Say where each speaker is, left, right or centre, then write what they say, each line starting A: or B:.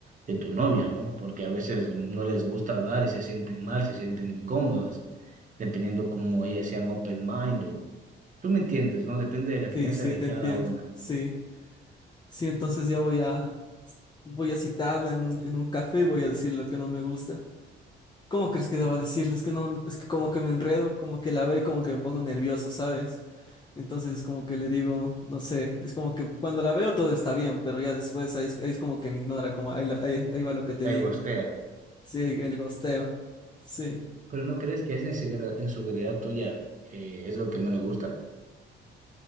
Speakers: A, on the right; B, on the left.
A: de tu novia, ¿no? Porque a veces no les gusta hablar y se sienten mal, se sienten incómodas, dependiendo cómo ellas sean open mind o... Tú me entiendes, ¿no? Depende de la
B: Sí,
A: crianza
B: sí,
A: de
B: te
A: cada
B: entiendo.
A: una.
B: Sí, sí, entonces ya voy a, voy a citarla en un, en un café y voy a decir lo que no me gusta. ¿Cómo crees que deba decirle? Es que no, es que como que me enredo, como que la veo y como que me pongo nervioso, ¿sabes? Entonces es como que le digo, no sé, es como que cuando la veo todo está bien, pero ya después ahí es, ahí es como que me ignora, como ahí, la- ahí- ahí va lo que te
A: Te
B: digo.
A: gustea.
B: Sí, el gosteo. Sí,
A: Pero ¿no crees que esa inseguridad inseguridad tuya eh, es lo que no le gusta?